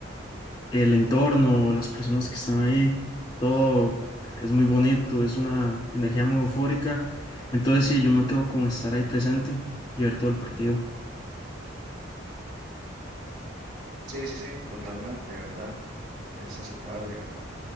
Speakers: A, on the left; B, on the right.
A: el entorno, las personas que están ahí, todo es muy bonito, es una energía muy eufórica. Entonces sí, yo me quedo con estar ahí presente y ver todo el partido.
B: Sí, sí, sí, totalmente, ¿verdad? Es aceptable, ¿verdad?